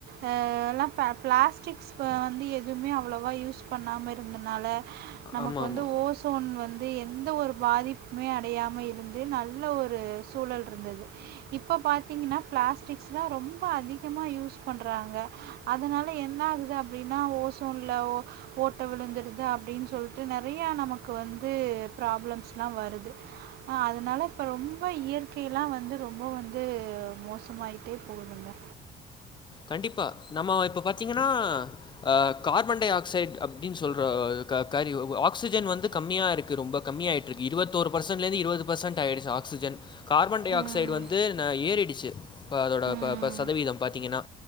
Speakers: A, on the right; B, on the left.
A: அ எல்லா ப பிளாஸ்டிக்ஸ் வந்து எதுமே அவ்ளோவா யூஸ் பண்ணாம இருந்தனால நமக்கு
B: ஆமாமா.
A: வந்து ஓசோன் வந்து எந்த ஒரு பாதிப் மே அடையாம இருந்து நல்ல ஒரு சூழல்ருந்தது இப்போ பாத்தீங்ன்னா பிளாஸ்டிக்ஸ் தா ரொம்ப அதிகமா யூஸ் பண் றாங்க அதனால என்ன ஆகுது அப்டின்னா ஓசோன்ல ஓ ட்ட விழுந்துடுது அப்டின் சொல்ட்டு நறையா நமக்கு வந்து ப்ராப்ளம்ஸ்ல்லா வருது ஆ அதனால இப்ப ரொம்ப இயற்கைலா வந்து ரொம்ப வந்து மோசமாயிட்டே போகுதுங்க
B: கண்டிப்பா நம்ம இப்ப பாத்தீங்கன்னா அ கார்பன் டை ஆக்சைட் அப்டின் சொல்ற க கறி ஒ ஆக்சிஜன் வந்து கம்மியா இருக்கு ரொம்ப கம்மியாயிட்டு இருக்கு இருவத்தோரு பெர்சன்ட்ல இருந்து இருவது பெர்சன்ட் ஆயிடுச்சு ஆக்சிஜன் கார்பன் டை
A: ம்
B: ஆக்சைடு வந்து ந ஏறிடுச்சு இப்ப அதோட
A: ம்
B: ப ப சதவீதம் பாத்திங்கன்னா